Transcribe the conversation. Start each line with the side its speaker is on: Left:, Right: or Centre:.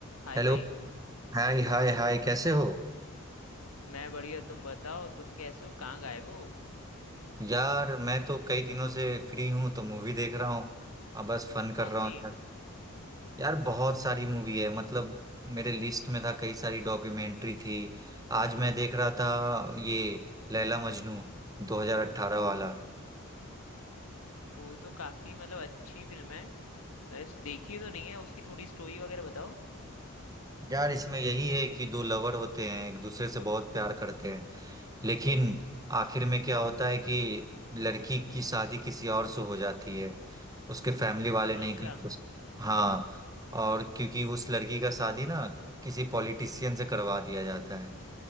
Left: हाय
Right: Hello
Left: भाई
Right: Hi hi hi कैसे हो
Left: मैं बढ़िया तुम बताओ तुम कैसे हो कहाँ गायब हो
Right: यार मैं तो कई दिनों से फ्री हूँ तो मूवी देख रहा हूँ अब बस फन कर
Left: कौन
Right: रहा हूँ
Left: सी
Right: यार यार बहुत सारी मूवी है मतलब मेरे लिस्ट में था कई सारी डॉक्यूमेंट्री थी आज मैं देख रहा था ये लैला मजनू 2018 वाला
Left: वो तो काफी मतलब अच्छी फिल्म है मैं उस- देखी तो नहीं है उसकी थोड़ी स्टोरी वगैरह बताओ
Right: यार इसमें यही है कि दो लवर होते हैं एक दूसरे से बहुत प्यार करते हैं लेकिन आखिर में क्या होता है कि लड़की की शादी किसी और से हो जाती है उसके फैमिली वाले नहीं
Left: अच्छा
Right: करते उस- हाँ और क्योंकि उस लड़की का शादी ना किसी पॉलिटिशियन से करवा दिया जाता है